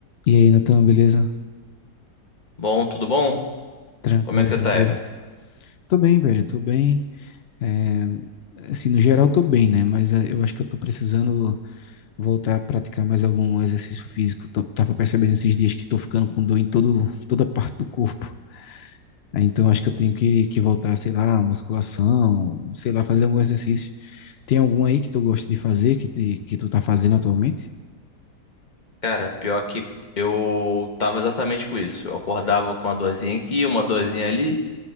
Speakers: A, on the left; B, on the left.
A: E aí, Natan, beleza?
B: Bom, tudo bom?
A: Tranquilo,
B: Como é que você
A: tranquilo.
B: tá, Everton?
A: Tô bem, velho, tô bem. É, assim, no geral, tô bem, né? Mas é, eu acho que eu tô precisando voltar a praticar mais algum exercício físico. Tô- tava percebendo esses dias que tô ficando com dor em todo, toda parte do corpo. Aí, Então, acho que eu tenho que, que voltar, sei lá, musculação, sei lá, fazer algum exercício. Tem algum aí que tu gosta de fazer, que, te- que tu tá fazendo atualmente?
B: Cara, pior que eu tava exatamente com isso. Eu acordava com uma dorzinha aqui, uma dorzinha ali.